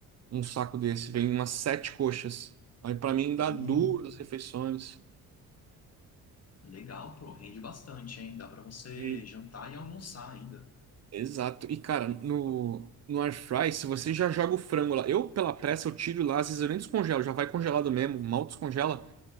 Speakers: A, on the right (about 45°); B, on the left (about 45°).
A: um saco desse. Vem umas sete coxas. Aí pra mim
B: Hum,
A: dá duas refeições.
B: legal, pô, rende bastante, hein? Dá pra você
A: E-
B: jantar e almoçar ainda.
A: Exato. E, cara, no, no air fry, se você já joga o frango lá, eu pela pressa eu tiro lá, às vezes eu nem descongelo, já vai congelado mesmo, mal descongela.